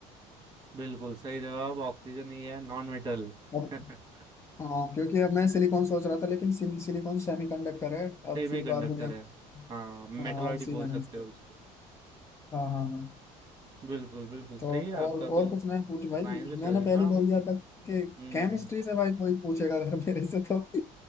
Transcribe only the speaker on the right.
बिल्कुल सही जवाब ऑक्सीजन ही है नॉन मेटल
<laughs>
सेमी
कंडक्टर
है हाँ मेटलॉइड
बोल सकते
हो उसको
बिल्कुल बिल्कुल सही
है आपका
तो
साइंस
भी सही
हाँ
हम्म